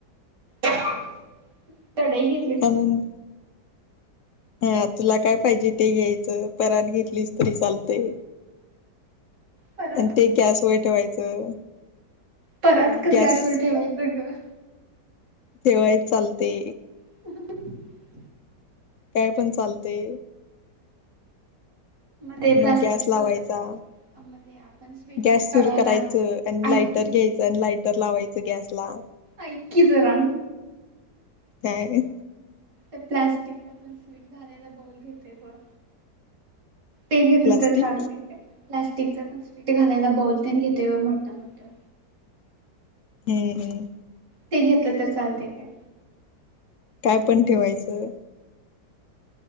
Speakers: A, on the right; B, on the left.
A: ह कढई घेत.
B: पणून. हा तुला काय पाहिजे ते घ्यायचं परात घेतलीस तरी चालतय.
A: परात
B: आणि ते गॅसवर ठेवायचं
A: परात
B: आणि
A: कसं
B: गॅस
A: गॅसवर ठेवू यैते गं ग?
B: तेव्हाय चालते.
A: ह
B: काय पण चालते.
A: ते प्लास्टिकच
B: मग गॅस लावायचा
A: मग ते आपण स्वीट
B: गॅस
A: डिश काढायला
B: सुरू करायचं आणि
A: ऐक
B: लाइटर
A: की
B: घ्यायचं तर लाईटर लावायचं गैसला
A: ऐ ककी जरा
B: काय?
A: ते प्लास्टिकचा पण स्वीट घालायलाबौल घेते गं ते घेतलं
B: प्लास्टिक
A: तर चालतंय काय? प्लास्टिकचा पण स्वीट घालायला बाउल ते घेतेय मोठ्या मोठ्या.
B: हम्म हम्म.
A: ते घेतलं तर चालतंय काय?
B: काय पण ठेवायचं.